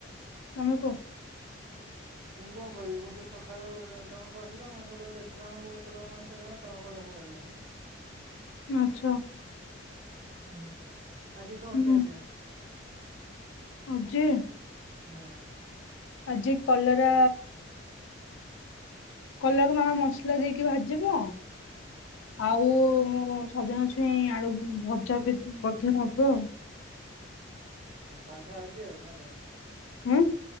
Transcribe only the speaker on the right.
ମୁଁ କଣ କହିବି? ମୁଁ ତ ସକାଳୁ, ତମେ କହିଥିଲ ମୁଁ ସେଇଠୁ ଦେଖିଲାବେଳୁ ତମ ମେସଜ ଆଉ ତମ କୁଆଡ଼େ ପ <unintelligible>
ହୁଁ। ଆଜି କଣ
ଖିଆପିଆ?
ହଁ।
ସାଧା ଆଜି ଆଉ ନା କଣ?